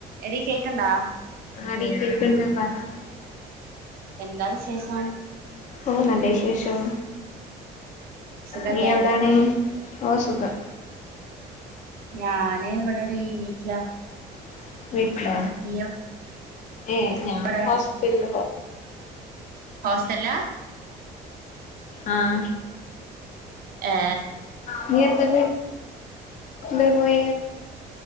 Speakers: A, on the right; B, on the left.
A: എടി കേക്ക്ണ്ടാ?
B: അടി ക്കെക്ക്ണ്ട് <unintelligible>
A: എന്താ വിശേഷം
B: ഓ നല്ല വിശേഷം
A: സുഖല്ലേ
B: നീ എവിടാണ് ഓ സുഖം
A: ഞാന് ഇവിടെ ടെ ഈ വീട്ടിലാ
B: <inaudible> വീട്ടിലെ
A: നീയോ
B: ആ ഞാൻ
A: നീയെവിടെ
B: ഹോസ്റ്റലിൽ
A: ഹോസ്റ്റലാ
B: ആഹ്
A: ഏ
B: <inaudible> നീയെന്ന വീട്ടിൽ പോയ